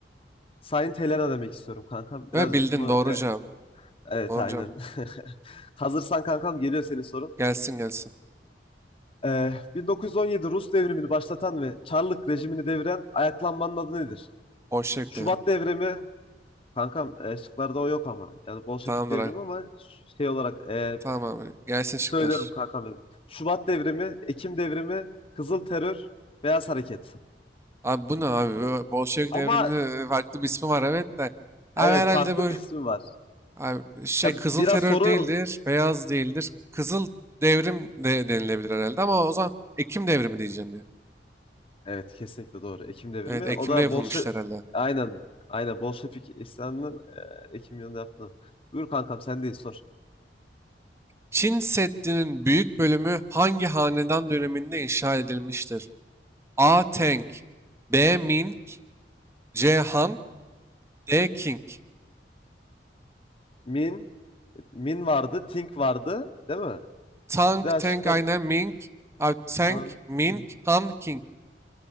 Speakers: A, on the left; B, on the right.
A: Saint Helena demek istiyorum kankam.
B: Ve
A: Birazcık
B: bildin
A: bunu
B: doğru
A: e,
B: cevap.
A: evet
B: Doğru
A: aynen.
B: cevap.
A: <laughs> Hazırsan kankam geliyor senin sorun.
B: Gelsin gelsin.
A: E, 1917 Rus devrimini başlatan ve Çarlık rejimini deviren ayaklanmanın adı nedir?
B: Bolşevik
A: Şubat
B: devrimi.
A: devrimi, Kankam e, şıklarda o yok ama. Yani Bolşevik
B: Tamamdır
A: devrimi
B: abi.
A: ama ş- şey olarak e,
B: Tamam abi. Gelsin
A: söylüyorum
B: şıklar.
A: kankam benim. Şubat devrimi, Ekim devrimi, Kızıl Terör, Beyaz Hareket.
B: Abi bu ne abi? Bu Bolşevik
A: Ama
B: devriminin e, farklı bir ismi var evet de. Abi
A: evet
B: herhalde
A: farklı
B: bu
A: bir ismi var.
B: abi şey
A: Ya
B: kızıl
A: biraz
B: terör
A: soru
B: değildir. Beyaz değildir. Kızıl devrim de denilebilir herhalde ama o zaman Ekim devrimi diyeceğim ya.
A: evet kesinlikle doğru. Ekim devrimi.
B: Evet Ekim'de
A: O da
B: yapılmıştı
A: Bolşe
B: herhalde.
A: aynen aynen Bolşevik isyanının e, Ekim yılında yaptığı. Buyur kankam sen değil sor.
B: Çin Seddi'nin büyük bölümü hangi hanedan döneminde inşa edilmiştir? A. Tang
A: Hı hı.
B: B. Ming C. Han D. King
A: Min Min vardı, Think vardı, değil mi?
B: Tang,
A: Bir daha
B: Tang
A: şıklar
B: aynen Ming Abi Tang,
A: Tank,
B: Ming,
A: Think,
B: Han, King